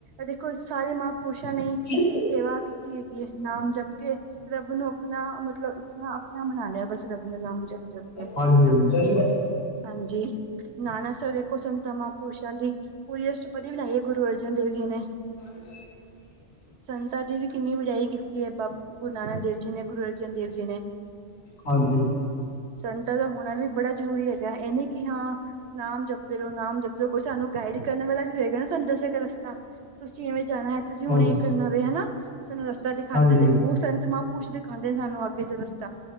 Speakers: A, on the right (about 65°); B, on the left (about 60°).
A: ਦੇਖੋ ਸਾਰੇ ਮਹਾਂਪੁਰਸ਼। ਮਹਾਪੁਰਸ਼ਾਂ ਨੇ
B: ਹਾਂਜੀ
A: ਸੇਵਾ ਕੀਤੀ ਹੈਗੀ ਹੈ ਨਾਮ ਜਪ। ਕੇ ਰੱਬ ਨੂੰ ਆਪਣਾ ਮਤਲਬ ਆਪਣਾ ਬਣਾ ਲਿਆ ਬਸ ਰੱਬ ਨੂੰ ਨਾਮ ਜਪ - ਜਪ। ਕੇ
B: ਹਾਂਜੀ - ਹਾਂਜੀ।
A: ਹਾਂਜੀ। ਨਾਨਕਸਰ ਦੇੇਖੋ ਸੰਤਾ ਮਹਾਪੁਰਸ਼ਾ ਦੀ ਪੂਰੀ ਅਸਟਪਦੀ ਬਣਾਈ ਗੁਰੂ ਅਰਜਨ ਦੇਵ ਜੀ ਨੇ।
B: ਹੁੰ
A: ਸੰਤਾਂ ਦੀ ਵੀ ਕਿੰਨੀ ਵਡਿਆਈ ਕੀਤੀ ਹੈ ਗੁਰੂ ਨਾਨਕ ਦੇਵ ਜੀ ਨੇ ਗੁਰੂ ਅਰਜਨ ਦੇਵ ਜੀ ਨੇ।
B: ਹਾਂਜੀ।
A: ਸੰਤਾਂ ਦਾ ਹੋਣਾ ਵੀ ਬੜਾ ਜਰੂਰੀ ਹੈਗਾ ਇਹ ਨ ਕਿ ਹਾਂ ਨਾਮ ਜਪਦੇ ਰਹੋ ਨਾਮ ਜਪਦੇ। ਉਹ ਸਾਨੂੰ ਗਾਈਡ ਕਰਨ ਵਾਲਾ ਵੀ ਹੋਏਗਾ ਨਾ ਸਾਨੂੰ ਦੱਸੇਗਾ ਰਸਤਾ ਤੁਸੀਂ ਐਵੇਂ ਜਾਣਾ ਕੋਈ। ਤੁਸੀਂ ਹੁਣ
B: ਹਾਂਜੀ
A: ਇੱਕ ਨਵੇਂ ਹਨਾ ਸਾਨੂੰ ਰਸਤਾ ਦਿਖਾਂਦੇ
B: ਹਾਂਜੀ
A: ਤੇ
B: ਹਾਂਜੀ
A: ਉਹ ਸੰਤਮਹਾ ਮਹਾਂਪੁਰਸ਼ ਦਿਖਾਦੇ ਸਾਨੂੰ ਅੱਗੇ ਦਾ ਰਸਤਾ